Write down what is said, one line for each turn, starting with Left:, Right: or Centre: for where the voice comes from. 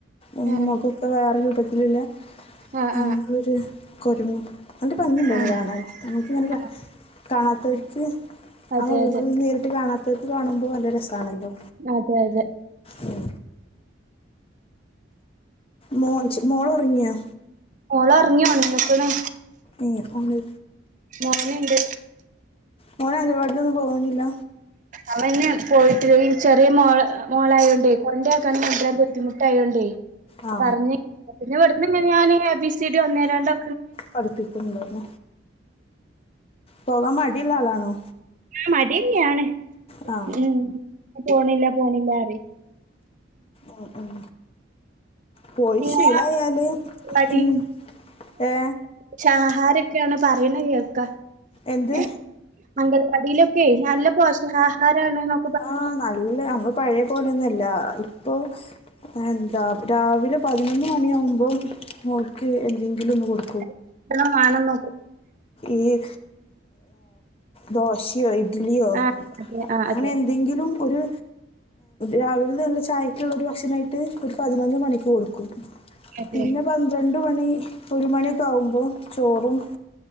Left: ഉം
Right: ആഹ്
Left: മുഖേക്കേ വേറെ രുപ <unintelligible>
Right: ആഹ്
Left: അങ്ങനെ
Right: ആഹ്
Left: ഒര് കൊടരങ് നല്ല ഭംഗിയുണ്ടാര്ന്ന്
Right: ആഹ്
Left: കാണാൻ നമുക്കിങ്ങനെ ര
Right: ആഹ്
Left: കാണാത്തവരക്ക് <unintelligible>
Right: അതെ അതെ
Left: നേരിട്ട് കാണാത്തവർക്ക് കാണുമ്പോ നല്ല രെസാണല്ലോ
Right: അതെ അതെ
Left: ഉം മോച്ച് മോള് ഒറങ്ങിയോ
Right: മോളോറങ്ങി ണന്ന്ക്ക്ണ്
Left: ഏ ഓന്
Right: മോനെണ്ട്
Left: മോന് അംഗാവാടിലൊന്നും പോവണില്ല
Right: അവന് പോയിട്ട് ഈ ചെറിയ മോള് മോളാ ആയോണ്ടേ കൊണ്ടാക്കാൻ ഭയങ്കരാ ബുദ്ധിമെട്ടായോണ്ടേ
Left: ആ
Right: പറഞ്ഞ് പറഞ്ഞ് വിട്ന്ന് പിന്നെ ഞാന് എ ബി സി ഡി ഒന്നേ രണ്ടൊ
Left: പഠിപ്പിക്കന്നെണ്ട് പോകാൻ മടിയുള്ളാ ആളാണോ
Right: ആ മടിന്നെയാണ്
Left: ആ
Right: ഉം പോണില്ല, പോണില്ല പറ
Left: ഉം ഉം പോയി
Right: നിങ്ങളെ
Left: ശീലയാല്
Right: അംഗൻവാടി
Left: ഉം യെ
Right: ച്ചാ ആഹാരൊക്കെയാണ് പറയണേ കേൾക്കാ
Left: എന്ത്?
Right: ഉം അംഗനവാടിയില് ഓക്കെ നല്ലാ പോഷകാഹാരമാണോ
Left: ആ നല്ലാ നമ്മ പഴയാ പോലെയെന്നുംല്ലാ ഇപ്പം എന്താ രാവിലെ പതിനൊന്ന് മണിയാവുമ്പോം മോൾക്ക് എന്തെങ്കിലും ഒന്ന് കൊട
Right: <unintelligible> നോക്കും
Left: ഈ യെ ദോശയോ ഇ ഡ്‌ഢലിയോ
Right: ആഹ് അതെ ആഹ്
Left: അങ്ങനെ
Right: അതെ
Left: എ- ഇതും ഒരു രാവിലെന്നാ ചായക്കൊള്ള ഒര് ഭക്ഷണായിട്ട് ഒര് പതിനൊന്ന് മണിക്ക് കൊടുക്കും
Right: അതെ
Left: പിന്നെ പന്ത്രണ്ട് ഒരു മണി ഒരു മണിയൊക്കെ ആവും അപ്പോൾ ചോറും